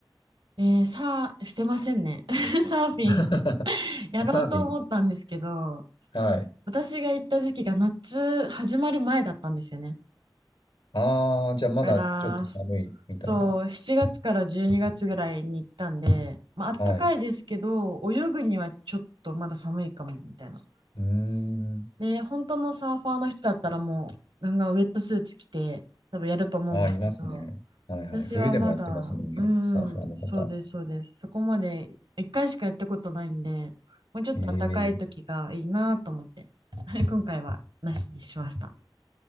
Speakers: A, on the right; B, on the left.
A: えー、さあ、してませんね。<laughs> サーフィン、
B: <laughs>
A: やろうと思ったんですけど、
B: サーフィンはい。
A: 私が行った時期が夏始まる前だったんですよね。
B: ああ、じゃあまだちょっと寒いみたいな。
A: だから、そう、7月から12月ぐらいに行ったんで、まあ、あったかいですけど、
B: はい。
A: 泳ぐにはちょっとまだ寒いかも、みたいな。
B: うーん。
A: ね、本当のサーファーの人だったらもう、なんかウェットスーツ着て、多分やると思うんですけど、
B: ああ、いますね。はいはい。
A: 私はまだ、
B: 冬でもやってますもんね。
A: うん、
B: サーファーの方。
A: そうです、そうです。そこまで一回しかやったことないんで、もうちょっと暖かい時がいいなと思って、
B: ええ
A: <laughs> 今回はなしにしました。